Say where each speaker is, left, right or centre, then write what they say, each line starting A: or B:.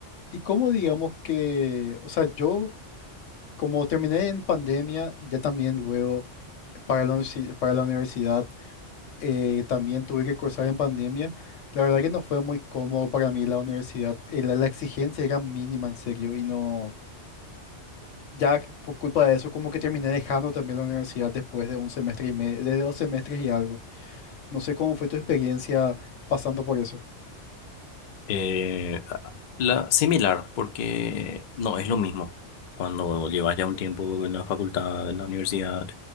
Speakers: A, on the left; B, on the left.
A: y como digamos que, o sea, yo como terminé en pandemia y ya también luego para la, universi- para la universidad eh, también tuve que cursar en pandemia, la verdad que no fue muy cómodo para mí la universidad, eh, la, la exigencia era mínima en serio y no... ya que por culpa de eso, como que terminé dejando también la universidad después de un semestre y medio, de dos semestres y algo. No sé cómo fue tu experiencia pasando por eso.
B: Eh, la, similar, porque no es lo mismo. Cuando llevas ya un tiempo en la facultad, en la universidad,